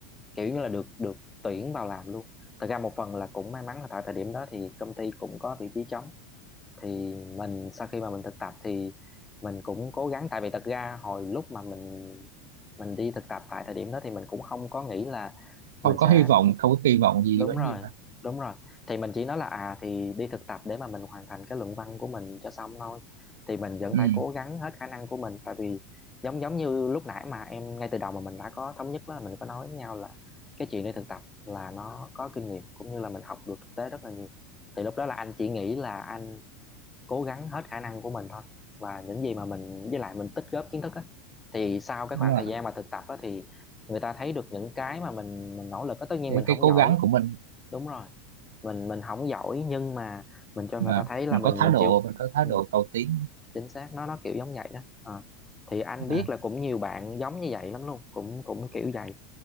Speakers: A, on the left; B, on the right.
A: kiểu như là được được tuyển vào làm luôn thật ra một phần là cũng may mắn là tại thời điểm đó thì công ty cũng có vị trí trống thì mình sau khi mà mình thực tập thì mình cũng cố gắng tại vì thật ra hồi lúc mà mình mình đi thực tập tại thời điểm đó thì mình cũng không có nghĩ là mình
B: không có
A: sẽ
B: hy vọng không có kỳ vọng gì
A: đúng
B: quá
A: rồi
B: nhiều hả
A: đúng rồi thì mình chỉ nói là à thì đi thực tập để mà mình hoàn thành cái luận văn của mình cho xong thôi thì mình vẫn
B: ừ
A: phải cố gắng hết khả năng của mình tại vì giống giống như lúc nãy mà em ngay từ đầu mà mình đã có thống nhất đó là mình có nói với nhau là cái chuyện đi thực tập là nó có kinh nghiệm cũng như là mình học được thực tế rất là nhiều thì lúc đó là anh chỉ nghĩ là anh cố gắng hết khả năng của mình thôi và những gì mà mình với lại mình tích góp kiến thức á thì sau cái
B: đúng
A: khoảng thời
B: rồi
A: gian mà thực tập á thì người ta thấy được những cái mà mình mình nỗ lực á tất nhiên
B: cái,
A: mình không
B: cái cố
A: giỏi
B: gắng của mình
A: đúng rồi mình mình không giỏi nhưng mà mình cho
B: mà
A: người ta thấy là
B: mình
A: mình
B: có thái
A: mình
B: độ
A: chịu
B: mình có thái
A: ừ,
B: độ cầu tiến
A: chính xác nó nó kiểu giống vậy đó Ờ. thì anh biết
B: à,
A: là cũng nhiều bạn giống như vậy lắm luôn cũng cũng kiểu vậy